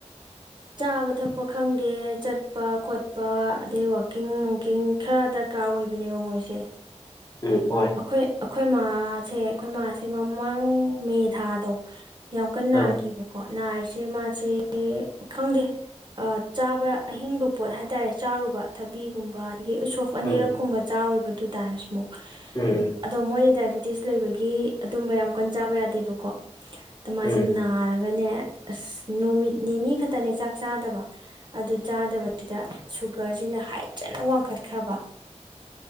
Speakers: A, on the right; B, on the left.
A: ꯆꯥꯕ ꯊꯛꯄ ꯈꯪꯗꯦꯠ ꯋꯠ ꯆꯠꯄ ꯈꯣꯠꯄ ꯑꯗꯩ ꯋꯥꯛꯀꯤꯡ ꯅꯨꯡꯀꯤꯡ ꯈꯔ ꯗꯔꯀꯥꯔ ꯑꯣꯏꯕꯅꯦꯕ ꯃꯣꯏꯁꯦ
B: ꯎꯝ ꯍꯣꯏ
A: ꯑꯩꯈꯣꯏ ꯑꯩꯈꯣꯏ ꯃꯥꯥꯁꯦ ꯑꯩꯈꯣꯏ ꯃꯥꯁꯦ ꯃꯃꯥꯡ ꯃꯦ ꯊꯥꯗꯣ ꯌꯥꯝ ꯀꯟꯅ
B: ꯑꯥ
A: ꯅꯥꯈꯤꯕꯀꯣ ꯅꯥꯔꯤꯁꯦ ꯃꯥꯁꯦ ꯈꯪꯗꯦ ꯆꯥꯕ ꯑꯍꯤꯡꯕ ꯄꯣꯠ ꯍꯥꯏꯇꯥꯔꯦ ꯆꯥꯔꯨꯕ ꯊꯕꯤꯒꯨꯝꯕ ꯑꯗꯒꯤ ꯎꯁꯣꯐ ꯑꯅꯤꯔꯛꯀꯨꯝꯕ
B: ꯎꯝ
A: ꯆꯥꯔꯨꯕ ꯇꯨ ꯇꯥꯏꯝꯁ ꯃꯨꯛ
B: ꯎꯝ
A: ꯑꯗꯣ ꯃꯣꯏꯗꯤ ꯗꯥꯏꯕꯤꯇꯤꯁ ꯂꯩꯕꯒꯤ ꯑꯗꯨꯝꯕ ꯌꯥꯝ ꯀꯟ ꯆꯥꯕ ꯌꯥꯗꯦꯕꯀꯣ ꯗ ꯃꯥꯁꯦ
B: ꯎꯝ
A: ꯅꯥꯔꯒꯅꯦ ꯑꯁ ꯅꯨꯃꯤꯠ ꯅꯤꯅꯤ ꯈꯛꯇꯅꯦ ꯆꯥꯛ ꯆꯥꯗꯕ ꯑꯗꯨ ꯆꯥꯗꯕ ꯁꯤꯗ ꯁꯨꯒꯔꯖꯤꯅ ꯍꯥꯏꯠꯖꯅ ꯋꯥꯡꯈꯠꯈ꯭ꯔꯕ